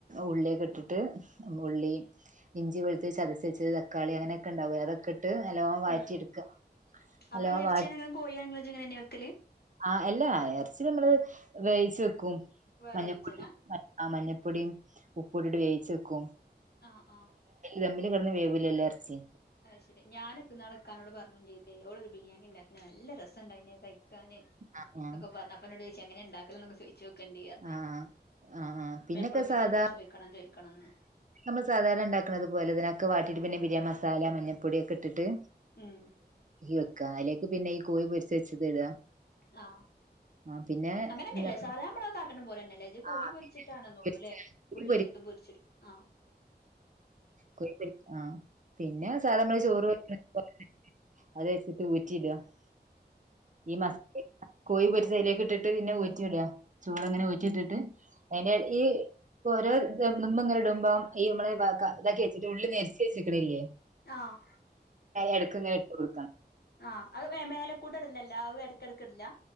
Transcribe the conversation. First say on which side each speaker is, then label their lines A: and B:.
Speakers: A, on the right (about 45°); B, on the left (about 65°).
A: ഉള്ളിയൊക്കെ ഇട്ടിട്ട് ഉള്ളി ഇഞ്ചി വെളുത്തു ചതച്ച് വച്ചത് തക്കാളി അങ്ങനയൊക്കെ ഉണ്ടാവും അതൊക്കെ ഇ ഇട്ട് നല്ലോണം വഴറ്റി
B: ഉം
A: എടുക്ക നല്ലോണം
B: അപ്പൊ എറച്ചിയാണെങ്കിലും
A: വ
B: കോഴിയാണെങ്കിലും ഇജ്ജ് ഇങ്ങനെന്നെ വെക്കല്
A: ആ അല്ലാ എറച്ചി നമ്മള് വേവിച്ച് വെക്കും
B: വേറെ
A: മഞ്ഞപ്പൊടിയും
B: വേവിച്ചലാ
A: അ അ മഞ്ഞ മഞ്ഞപ്പൊടിയും ഉപ്പുയിട്ടിട്ട് വേവിച്ച് വെക്കും
B: ആഹ ആഹ
A: തമ്മില് കിടന്ന് വേവൂലല്ല ഇറച്ചി
B: അഹ് ശരി ഞാന് ഇന്നാൾ കാനോട് പറഞ്ഞും ചെയ്തേ ഓളൊരു ബിരിയാണി ഉണ്ടാക്കി നല്ല രസവാണ്ടാക്കി കഴിക്കാന്
A: ആ ആ
B: ഒക്കെ പറഞ്ഞപ്പനോട് ചോദിച് എങ്ങനെ ഉണ്ടാക്കലോ എന്നൊക്കെ ചോദിച്ചു കൊണ്ടി പറഞ്ഞ്
A: ആ ആ ആ പിന്നൊക്കെ
B: ഇത എപ്പഴും വിചാരിച്ചു
A: സാധാ
B: ചോദിക്കണം ചോദിക്കണംന്ന്
A: നമ്മൾ സാധാരണ ഉണ്ടാക്കുന്നത് പോലെതിനൊക്കെ വാട്ടിയിട്ട് പിന്നെ ബിരിയാ മസാല മഞ്ഞൾപ്പൊടി ഒക്കെ ഇട്ടിട്ട്
B: ഉം
A: വെക്ക അലേക്ക് പിന്നെ ഈ കോഴി പൊരിച്ച് വെച്ചത് ഇടുക
B: ആ
A: ആ പിന്നെ
B: അങ്ങനെ തന്നെയല്ലേ
A: എന്താ
B: സാധാരണ നമ്മളെ കാട്ടനും പോലെ തന്നെല്ലേ ഇത് കോഴി
A: ആ
B: പൊരിച്ചിട്ടാണെന്നുള്ളൂ
A: കോഴി
B: അല്ലേ ഉള്ളി പൊരിച്ചടുക്കും ആ
A: കോയി ആ പിന്നെ സാധ നമ്മള് ചോറ് വക്കണ പോ- അതെ ചിട്ട വിറ്റിട <unintelligible> ഈ മസ് കോഴി പരിച്ചതിലേക്ക് ഇട്ടിട്ട് പിന്നെ ഉറ്റിടുക ചൂട്ങ്ങനെ ഒച്ചിട്ടിട്ട് അതിന്റെ ഈ- ഓരോ ദമ്പുഇങ്ങെ ഇടുമ്പോം ഈ നമ്മളെ ഇതാക്കി വെച്ചിട്ട് ഉള്ളിൽ നരിച് വെച്ചിക്കണല്ലേ
B: ആഹ്
A: എടുക്കുന്ന ഇട്ട് കൊടുക്കണം
B: ആഹ് അത് മേല കൂടെ ഇടില്ലല്ല അ ഇടക്കിടക്ക് ഇടില്ല